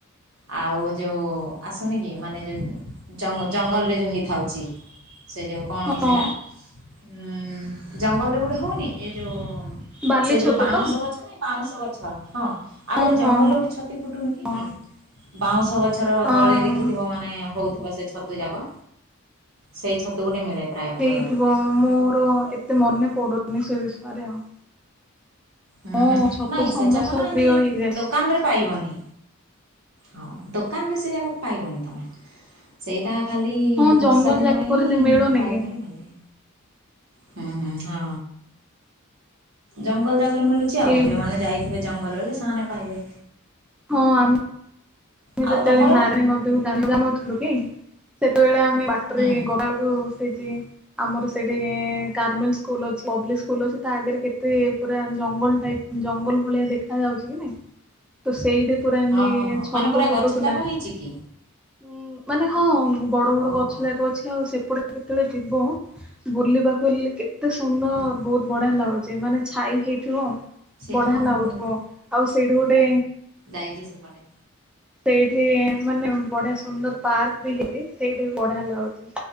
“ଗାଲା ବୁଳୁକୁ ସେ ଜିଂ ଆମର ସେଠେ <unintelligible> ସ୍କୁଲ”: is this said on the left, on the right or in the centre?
Centre